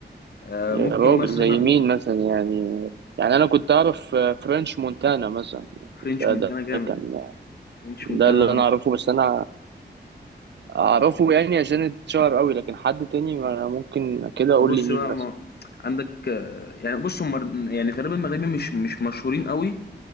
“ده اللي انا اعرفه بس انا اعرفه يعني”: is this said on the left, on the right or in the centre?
Right